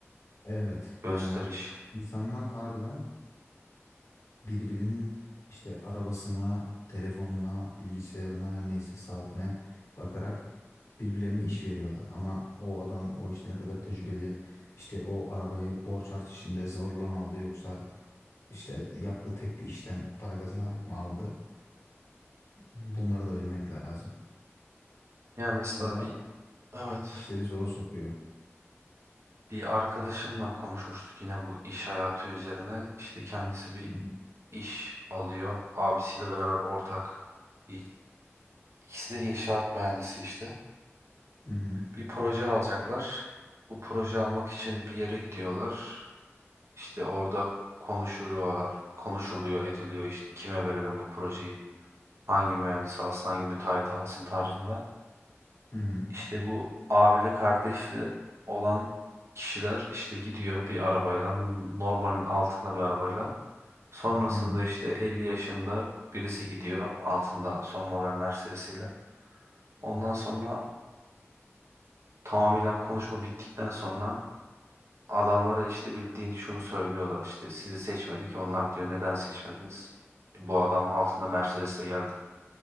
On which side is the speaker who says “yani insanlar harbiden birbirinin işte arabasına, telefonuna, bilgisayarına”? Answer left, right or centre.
Left